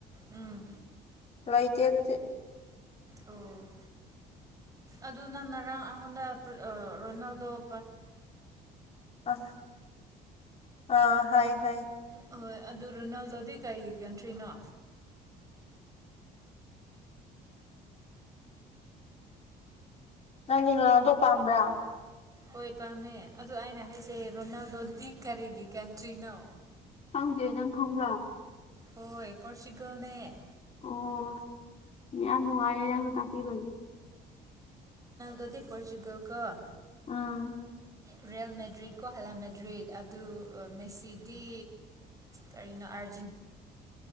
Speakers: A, on the right; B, on the left.
A: ꯎꯝ
B: ꯂꯣꯏꯇꯦ ꯑꯗꯨ
A: ꯑꯣ ꯑꯗꯨꯅꯅꯔ ꯑꯉꯣꯗ ꯔꯣꯅꯥꯜꯗꯣꯝ
B: ꯑ ꯑꯥ ꯍꯥꯏ ꯍꯥꯏ
A: ꯍꯣꯏ ꯑꯗꯨ ꯅꯎꯖꯣꯗꯤ ꯀꯩꯒꯤ ꯀꯟ ꯊ꯭ꯔꯤꯅꯣ
B: ꯅꯪꯒꯤ ꯅ ꯂꯗꯣꯛ ꯄꯥꯝꯕ꯭ꯔꯥ
A: ꯍꯣꯏ ꯄꯥꯝꯃꯦ ꯑꯗꯨ ꯑꯩꯅ ꯍꯥꯏꯖꯩ ꯔꯣꯅꯥꯜꯗꯣꯗꯤ ꯀꯔꯤꯒꯤ ꯀꯟꯇ꯭ꯔꯤꯅꯣ
B: ꯈꯪꯗꯦ ꯅꯪ ꯈꯪꯕ꯭ꯔꯥ
A: ꯍꯣꯏ ꯄꯣꯔꯆꯨꯒꯜꯅꯦ
B: ꯑꯣ ꯌꯥꯝ ꯅꯨꯡꯉꯥꯏꯔꯌꯦꯦ ꯅꯪꯅ ꯇꯥꯛꯄꯤꯕꯒꯤ
A: ꯑꯗꯤ ꯄꯣꯣꯔꯆꯨꯒꯜꯒ
B: ꯎꯝ
A: ꯔꯤꯌꯦꯜ ꯃꯦꯗ꯭ꯔꯤꯠꯀꯣ ꯍꯜꯂꯦ ꯃꯦꯗ꯭ꯔꯤꯠ ꯑꯗꯨ ꯃꯦꯁꯤꯗꯤ ꯀꯔꯤꯅꯣ ꯑꯥꯔ